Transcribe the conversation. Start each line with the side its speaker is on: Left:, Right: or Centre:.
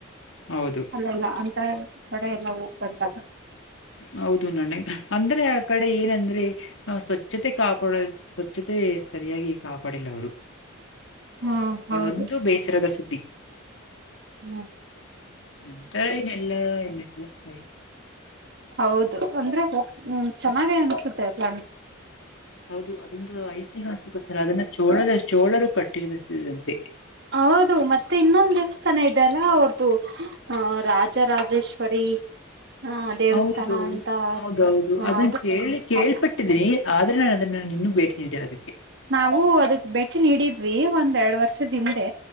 Left: ಹೌದು
Right: ಅಲ್ಲಲ್ಲ ಅಂತ ಕಡೆ ಎಲ್ಲ ಹೋಗ್ ಬಂದಾಗ.
Left: ಹೌದು ನನಗೆ ಅಂದ್ರೆ ಆ ಕಡೆ ಏನಂದ್ರೆ ಸ್ವಚ್ಛತೆ ಕಾಪ ಸ್ವಚ್ಛತೆ ಸರಿಯಾಗಿ ಕಾಪಾಡಿಲ್ಲ ಅವರು.
Right: ಹಾ ಹೌದು
Left: ಅದೊಂದು ಬೇಸರದ ಸುದ್ದಿ.
Right: ಹ್ಮ್
Left: ನಂತರ ಇನ್ನೆಲ್ಲ ಎನ್ನೆಲ್ಲ ಸರಿ.
Right: ಹೌದು ಅಂದ್ರೆ ಹ್ಮ
Left: ಹ್ಮ್.
Right: ಚೆನ್ನಾಗೇ ಅನ್ಸುತ್ತೆನ್
Left: ಹೌದು ಅದೊಂದು ಐತಿಹಾಸಿಕ ಸರ ಅದನ್ನ ಚೋಳದ ಚೋಳರು ಕಟ್ಟಿದಂತೆ.
Right: ಹೌದು ಮತ್ತೆ ಇನ್ನೊಂದು. ತನ ಇದಲ್ಲ ಅವ್ರ್ದುಹಾ ರಾಜರಾಜೇಶ್ವರಿ. ಹ ದೇವಸ್ಥಾನ
Left: ಹೌದು
Right: ಅಂತ
Left: ಹೌದೌದು
Right: ಹ
Left: ಅದನ್ನ
Right: ಅದು
Left: ಕೇಳಿ ಕೇಪಟ್ಟ.
Right: ಹೌದಾ
Left: ಇಟ್ಟಿದ್ದೀನಿ ಆದ್ರೆ ನಾನು ಅದನ್ನ ನೀನ್ನನ್ನು ಭೇಟಿ ನೀಡಿರ ಅದಕ್ಕೆ.
Right: ನಾವು ಅದಕ್ ಭೇಟಿ ನೀಡಿದ್ವಿ ಒಂದ್ ಎರಡ್ ವರ್ಷದಿಂದೆ